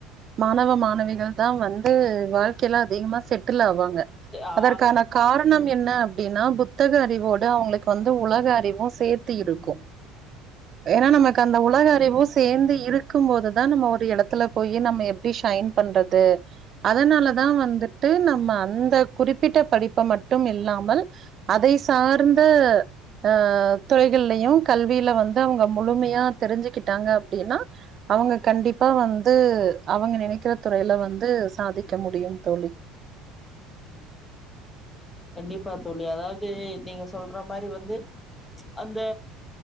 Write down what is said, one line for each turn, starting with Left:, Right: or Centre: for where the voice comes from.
Right: மாணவ மாணவிகள் தான் வந்து வாழ்க்கையில அதிகமா செட்டில் ஆவாங்க
Left: ஆ
Right: அதற்கான காரணம் என்ன அப்டின்னா புத்தக அறிவோடு அவுங்களுக்கு வந்து உலக அறிவு சேர்த்தி
Left: ம்
Right: இருக்கு ஏன்னா நமக்கு அந்த உலக அறிவும் சேர்ந்து இருக்கும் போது தான் நம்ம ஒரு இடத்துல போய் நம்ம எப்டி ஷைன் பண்றது இது அதனாலதா வந்துட்டு நம்ம அந்த குறிப்பிட்ட படிப்ப மட்டும் இல்லாமல் அதை சார்ந்த ஆ துறைகள்லயு கல்வியில வந்து அவுங்க முழுமையா தெரிஞ்சுக்கிட்டாங்கனா அப்டின்னா அவுங்க கண்டிப்பா வந்து அவுங்க நினைக்கிற துறையில வந்து சாதிக்க முடியும் தோழி
Left: ம் கண்டிப்பா தோழி அதாவது நீங்க சொல்ற மாரி வந்து அந்த